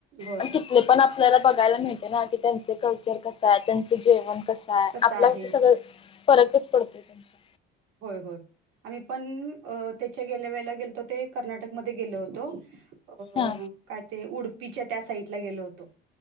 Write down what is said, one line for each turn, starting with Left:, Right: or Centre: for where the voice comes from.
Right: होय
Left: आणि तिथले पण आपल्याला बघायला मिळते ना की त्यांचं कल्चर कसंय त्यांचं जेवण कसंय
Right: तसं
Left: आपल्यांकडच
Right: आहे.
Left: सगळं फरकच पडतोय तुमचा
Right: होय होय आम्ही पण अ.. त्याच्या गेल्या वेळेला गेलतो ते कर्नाटकमध्ये गेलो होतो अ..
Left: हा
Right: काय ते उडुपीच्या त्या साइडला गेलो होतो